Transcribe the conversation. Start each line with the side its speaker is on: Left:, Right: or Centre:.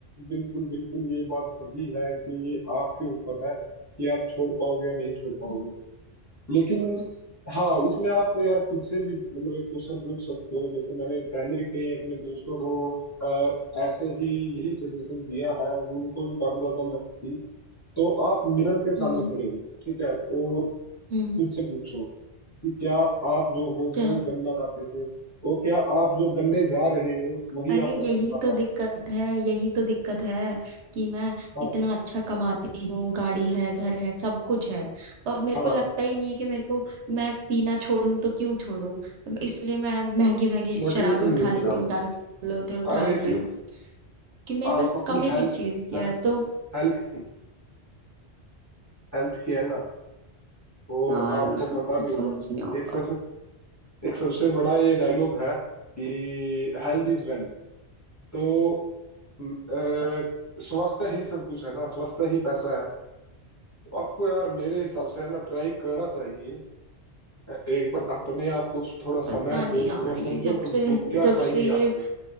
Left: बिल्कुल बिल्कुल ये बात सही है कि ये आपके ऊपर है कि आप छोड़ पाओगे या नहीं छोड़ पाओगे
Right: हम्म
Left: लेकिन
Right: हम्म
Left: हाँ इसमें आप यार खुद से भी मतलब एक क्वेश्चन पूछ सकते हो देखो मैंने पहले भी कई अपने दोस्तों को अ, ऐसे ही यही सजेशन दिया है उनको भी काफी ज्यादा लत थी तो आप मिरर के
Right: हम्म
Left: सामने खड़े हो ठीक है और खुद
Right: हम्म,
Left: से पूछो कि क्या आप जो हो
Right: क्या
Left: वो बनना चाहते थे और क्या आप जो बनने जा रहे हो वही
Right: अरे
Left: आपका
Right: यही
Left: सपना
Right: तो
Left: था
Right: दिक्कत है यही तो दिक्कत है कि मैं
Left: हाँ
Right: इतना अच्छा कमाती हूँ गाड़ी है घर है सब कुछ है तो अब मेरे
Left: हाँ
Right: को लगता ही नहीं है कि मेरे को मैं पीना छोड़ूं तो क्यों छोड़ूं इसलिए मैं महंगी महंगी
Left: मोटिवेशन
Right: शराबें उठा
Left: नहीं मिल
Right: लेती
Left: रहा
Right: हूँ दारू के लोटे उठा
Left: अरे
Right: लेती
Left: फिर
Right: हूँ कि मेरे
Left: आप
Right: पास
Left: अपनी
Right: कमी
Left: हेल्थ
Right: किस चीज की
Left: हेल्थ
Right: है तो
Left: हेल्थ की हेल्थ की है ना और
Right: यार
Left: आपको पता
Right: कुछ
Left: भी होगा
Right: समझ नहीं आता
Left: एक सबसे एक सबसे बड़ा ये डायलॉग है कि हेल्थ इज वेल्थ तो म, अ, स्वास्थ्य ही सब कुछ है ना स्वास्थ्य ही पैसा है तो आपको यार मेरे हिसाब से है ना ट्राई करना चाहिए अ, एक बार अपने आप को थोड़ा
Right: पता
Left: समय
Right: नहीं
Left: दो
Right: यार
Left: थोड़ा
Right: ये
Left: समझो
Right: जब
Left: खुद
Right: से
Left: को क्या
Right: जब
Left: चाहिए
Right: से ये
Left: आपको